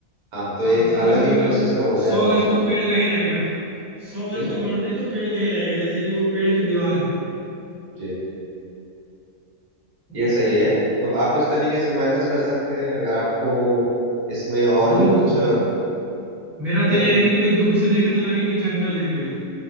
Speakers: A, on the right; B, in the centre.
A: हाँ तो एक
B: 500
A: अलग
B: गज में
A: ही
B: मैं
A: इकोसिस्टम हो जाएगा
B: सौ
A: वहां
B: गज तो
A: पे
B: पेड़ का ही रहेगा सौ गज
A: बिल्कुल
B: का बाउंड्री तो पेड़ का ही रहेगा जैसे कि वो पेड़ की दीवार है
A: जी
B: हम्म,
A: ये सही है तो आप इस तरीके से मैनेज कर सकते हैं अगर आपको इसमें और
B: दूर
A: भी कुछ
B: तो, मेरा तो
A: टेक्निक
B: ये है कि कोई दूर से देखे तो लगे कि जंगल है कोई